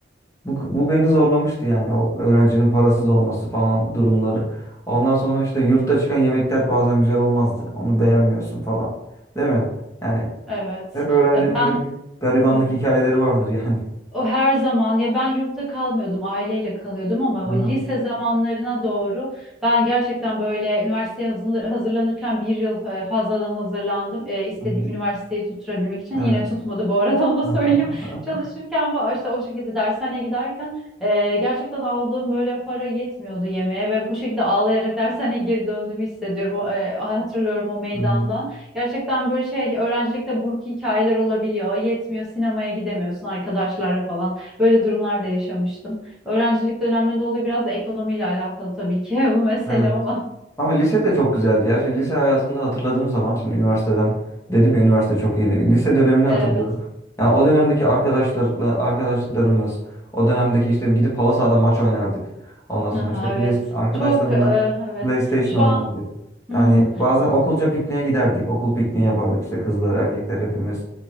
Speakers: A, on the left; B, in the centre.
A: Bu, bu beni zorlamıştı yani o öğrencinin parasız olması falan durumları. Ondan sonra işte yurtta çıkan yemekler bazen güzel olmazdı. Onu beğenmiyorsun falan. Değil mi? Yani
B: Evet.
A: hep öğrencinin
B: Ya
A: öyle
B: ben
A: bir garibanlık
B: Hı hı.
A: hikayeleri vardır yani.
B: O her zaman ya ben yurtta kalmıyordum aileyle kalıyordum ama
A: Aha,
B: bu lise zamanlarına doğru ben gerçekten böyle üniversiteye hazırla- hazırlanırken bir yıl e, fazladan hazırlandım. E, istediğim
A: aha.
B: üniversiteyi tutturabilmek için
A: Evet.
B: yine tutmadı bu arada <laughs> onu da
A: <laughs>
B: söyleyeyim. <laughs> Çalışırken falan işte o şekilde dershaneye giderken e, gerçekten aldığım böyle para yetmiyordu yemeğe ve bu şekilde ağlayarak dershaneye geri döndüğümü hissediyorum. O, e, hatırlıyorum o meydandan.
A: Aha,
B: Gerçekten böyle şey öğrencilikte buruk hikayeler olabiliyor. Yetmiyor sinemaya gidemiyorsun arkadaşlarla falan. Böyle durumlar da yaşamıştım. Öğrencilik dönemlerinde oluyor biraz da ekonomiyle alakalı tabii ki <laughs> bu mesele
A: Evet.
B: ama.
A: Ama lise de çok güzeldi ya. Şimdi lise hayatında hatırladığım zaman şimdi üniversiteden dedim ya üniversite çok iyiydi. Lise dönemini
B: Evet.
A: hatırlıyorum. Yani o dönemdeki arkadaşlarla arkadaşlıklarımız, o dönemdeki işte gidip halı sahada maç oynardık. Ondan sonra
B: Aha,
A: işte play,
B: evet.
A: arkadaşlarımla
B: Çok e, evet.
A: PlayStation
B: Şu an
A: oynardık.
B: hmm,
A: Yani bazen okulca pikniğe giderdik. Okul pikniği yapardık işte kızlar, erkekler hepimiz